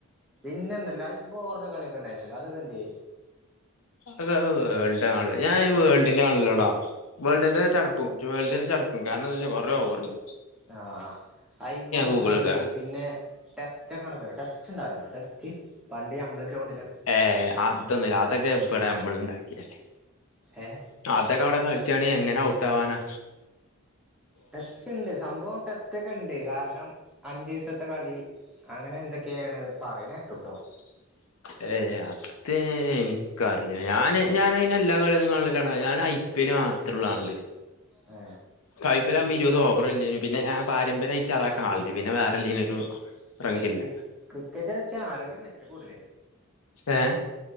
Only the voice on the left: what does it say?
അത വേൾഡ് ആണല്ല ഞാൻ വേൾഡിന്റെറെ കാണല്ലോടാ വേൾഡിന്റെ ചടക്കും വേൾഡിന്റെ ചടക്കും കാരണംന്താ വച്ചാ കൊറെേ ഓറണ്ട്
ഗൂഗിളിലിടാ
ഏ അതൊന്നില്ല അതൊക്കെ ഇടെ അമ്മള ഉണ്ടാക്കിയല്ലേ
അതൊക്കെ അവിടെ കള കുറ്റണി എങ്ങനെ ഔട്ട്വാാനാ
<unintelligible> ഏ അത് എനിക്കറില്ല ഞൻ ഞാനയി എല്ലാ കളിയന്നും കട ഞൻ പിന് മാത്രമള്ള ആള്
കൈപ്പകുമ്പോ ഇരുപത് ഓവർല്ലേും പിന്നെ ഞാ പമ്പയമായിട്ട് അത കാണില്ലി പിന്നെ വേറെല്ലേനുംരു റംഗില്ല
എഏ